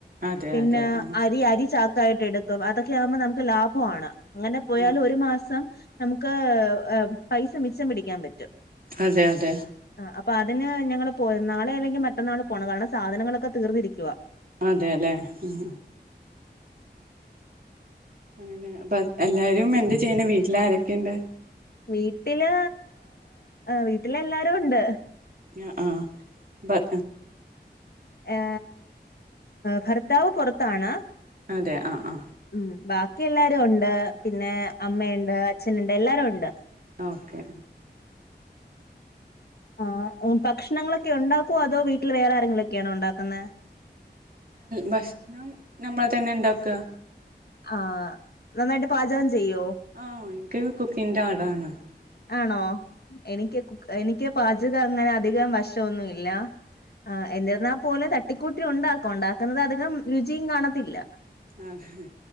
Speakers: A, on the right (about 55°); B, on the left (about 65°).
A: അതെ
B: പിന്നെ,
A: അതെ ആഹ്
B: അരി അരി ചാക്കായിട്ട് എടുക്കും. അതൊക്കെ ആവുമ്പോൾ നമുക്ക് ലാഭമാണ്. അങ്ങനെ പോയാൽ
A: ആഹ്
B: ഒരു മാസം നമുക്ക് പൈസ ഏ മിച്ചം പിടിക്കാൻ പറ്റും.
A: അതെ അതെ.
B: ആഹ് അപ്പൊ അതിന് ഞങ്ങള് പോവും, നാളെ അല്ലെങ്കിൽ മറ്റന്നാള് പോവണം. കാരണം സാധനങ്ങളൊക്കെ തീർതിരിക്കുവാ
A: അതെ ലേ ഉം അങ്ങനെ അപ്പ എല്ലാരും എന്ത് ചെയ്യണേ വീട്ടില് ആരൊക്കെയുണ്ട്?
B: വീട്ടില് വീട്ടില് എല്ലാരും ഉണ്ട്.
A: ആ ആഹ് ബ
B: ഏ ഭർത്താവ് പുറത്താണ്,
A: അതെ ആഹ് ആ.
B: ഉം ബാക്കി എല്ലാരും ഉണ്ട്. പിന്നെ, അമ്മയുണ്ട്, അച്ഛനുണ്ട് എല്ലാരും ഉണ്ട്.
A: ഓക്കെ
B: ആഹ് ഭക്ഷണങ്ങളൊക്കെ ഉണ്ടാക്കുവോ, അതോ വീട്ടിൽ വേറെ ആരെങ്കിലൊക്കെയണോ ഉണ്ടാക്കുന്നേ?
A: ഭക്ഷണം നമ്മൾ തന്നെ ണ്ടാക്ക.
B: ആഹ് നന്നായിട്ട് പാചകം ചെയ്യോ?
A: ആഹ് എനിക്ക് കുക്കിന്റെ ആളാന്ന്.
B: ആണോ, എനിക്ക് എനിക്ക് പാചകങ്ങനെ അധികം വഷം ഒന്നുല്ല. ആഹ് എന്നിരുന്നാൽപോലും തട്ടിക്കൂട്ടി ഉണ്ടാക്കും. ഉണ്ടാക്കുന്നത് അധികം രുചിയും കാണത്തില്ല.
A: ആഹ്